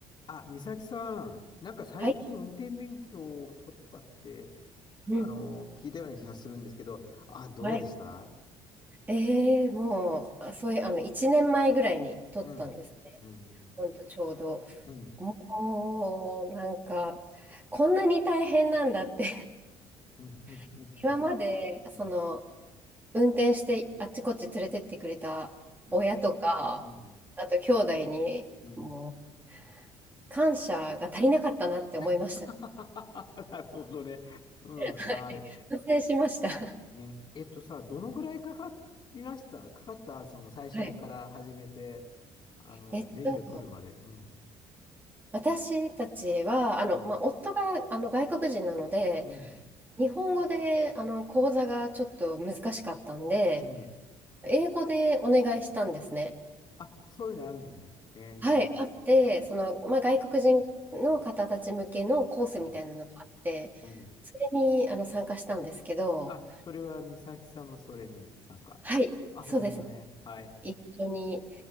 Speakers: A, on the left; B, on the right.
A: あ、美咲さん、なんか最近運転免許を取ったって、
B: はい。
A: あの、
B: うん。
A: 聞いたような気がするんですけど、あ、どうでした
B: はい。ええもう、あ、そういう、あの、1年前ぐらいに撮ったんですね。
A: うん。うん。
B: ほんと、ちょうど。
A: うん。
B: もう、なんか、こんなに大変なんだって
A: うん。うん。
B: <laughs> 今まで、
A: うん。うん。
B: その、運転してあっちこっち連れてってくれた親とか、
A: うん。うん。
B: あと兄弟に、
A: うん。
B: もう、感謝が足りなかったなって思いました。
A: <laughs> なるほどね。うん。
B: <laughs> はい。
A: はい。
B: 反省しました。<laughs>
A: ね。えっとさ、どのぐらいかかりましたかかったその最初から始めて、
B: はい。
A: あの、
B: えっと、
A: 免許取るまで。うん。
B: 私たちは、あの、
A: うん。
B: まあ、夫が、あの、外国人なので、
A: うん。
B: 日本語で、あの、講座がちょっと難しかったんで、
A: うん。
B: 英語でお願いしたんですね。
A: あ、そういうのあるのね。えー。
B: はい、あって、
A: うん。
B: その、まあ、外国人の方たち向けのコースみたいなのがあって、
A: うんうん。
B: それに、あの、参加したんですけど、
A: あ、それは美咲さんもそれに参加。
B: はい、
A: あ、
B: そうですね。
A: なるほどね。はい。
B: 一緒に。